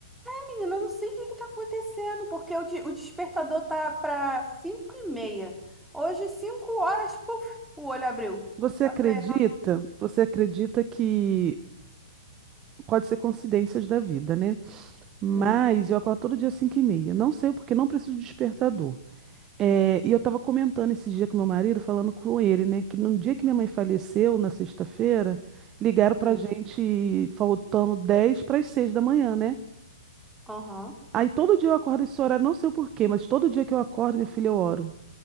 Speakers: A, in the centre; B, on the right.
A: Menina, eu não sei o que está acontecendo, porque o, de- o despertador tá para 5 e meia. Hoje, 5 horas, puf, o olho abriu.
B: Você
A: Aí
B: acredita?
A: Eu falei, ah,
B: Você acredita que pode ser coincidências da vida, né? Mas
A: hum,
B: eu acordo todo dia 5 e meia. Não sei porque não preciso de despertador. É, e eu estava comentando esse dia com meu marido, falando com ele, né? Que no dia que minha mãe faleceu, na sexta-feira, ligaram
A: hum,
B: pra gente faltando dez para as seis da manhã, né?
A: aham.
B: Aí todo dia eu acordo esse horário, não sei o porquê, mas todo dia que eu acordo, minha filha, eu oro.